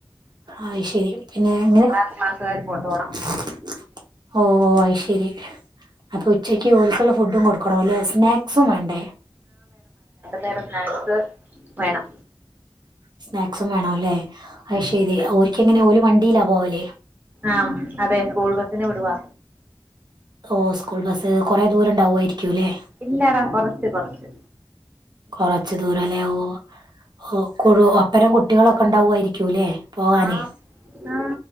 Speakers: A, on the right; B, on the right.
A: അയ് ശരി പിന്നെ എങ്ങനെ ഓ
B: ക്ലാസ്സുകാരും കൊണ്ടുപോകണം
A: <unintelligible> ഓഹ് ഓഹ് അയ് ശരി അപ്പൊ ഉച്ചക്ക് ഓൽക്കുള്ള ഫുഡ് ഡും കൊടുക്കണല്ലെ സ്നാക്സും വേണ്ടേ
B: വേറെ സ്നാക്ക്സ് വേണം
A: സ്നാക്സും വേണോല്ലേ അത്
B: ഉം.
A: ശരി ഓര്ക്ക് എങ്ങനെ ഓര് വണ്ടിലാ പോവല്
B: ആഹ് അതെ സ്കൂൾബസിന് വിടുവാ
A: ഓഹ് സ്കൂൾ ബസ്സ് കൊറെ ദൂരം ഉണ്ടാവുവായിരിക്കുല്ലേ
B: ഇല്ലടാ കൊറച്ച് കൊറച്ച്
A: കുറച്ച് ദൂരംല്ലേ ഓഹ് ഓഹ് കുഴു ഒപ്പരം കുട്ടികളൊക്കെ ഉണ്ടാവുയാരിക്കൂല്ലേ പോവാനേ
B: ആ ആ